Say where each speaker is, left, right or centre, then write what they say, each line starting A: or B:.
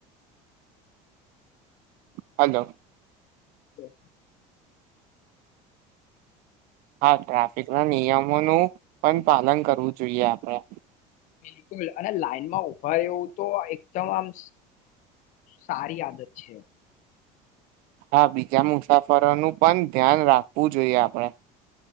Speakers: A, on the right; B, on the left.
A: હલો.
B: હમ
A: હા, ટ્રાફિકના નિયમોનું, પણ પાલન કરવું જોઈએ આપડે
B: બિલકુલ અને લાઈનમાં ઉભા રહેવું, તો એકદમ આમ સારી આદત છે.
A: હા, બીજા મુસાફરોનું પણ ધ્યાન રાખવું જોઈએ, આપણે